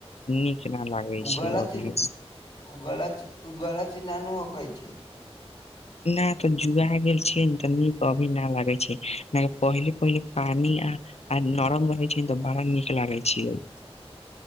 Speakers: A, on the left; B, on the left.
A: नीक नहि लागै
B: उ
A: छै
B: गलत
A: अभी।
B: चीज उ गल, उ गलत चीज़ ना नू होकै छै।
A: ना तो जुड़ा गेल छीयै न तऽ नीक अभी ना लागै छै ना कि पहिले पहिले पानी आ आ नरम रहै छै तऽ बड़ा नीक लागय छीयै।